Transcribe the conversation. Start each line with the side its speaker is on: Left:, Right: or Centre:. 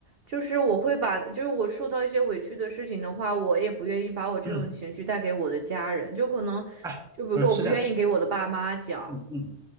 Right: 就是我会把，就是我受到一些委屈的事情的话，我也不愿意把我这种情绪带给我的家人，
Centre: 嗯，
Right: 就可能，
Centre: <clears throat> 哎，
Right: 就比如说我不愿意给我的爸妈讲。
Centre: 不是是这样，嗯。